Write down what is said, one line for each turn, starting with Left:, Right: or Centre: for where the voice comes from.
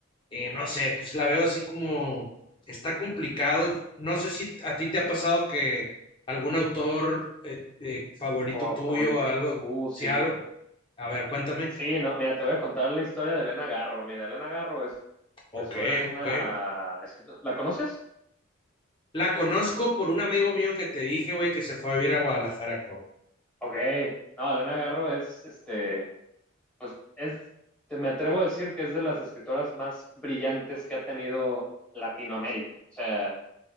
Left: eh, no sé, pues la veo así como está complicado. No sé si a ti te ha pasado que algún autor eh, eh, favorito
Centre: Oh,
Left: tuyo,
Centre: favorito.
Left: algo,
Centre: Uh, sí.
Left: si algo, a ver, cuéntame.
Centre: Sí, no, mira, te voy a contar la historia de Elena Garro. Mira, Elena Garro es,
Left: Ok,
Centre: es una, es
Left: ok.
Centre: una, es- ¿la conoces?
Left: La conozco por un amigo mío que te dije, güey, que se fue a vivir a Guadalajara, cabrón.
Centre: Ok. No, Elena Garro es, este, pues es, te- me atrevo a decir que es de las escritoras más brillantes que ha tenido Latinoamérica. O sea,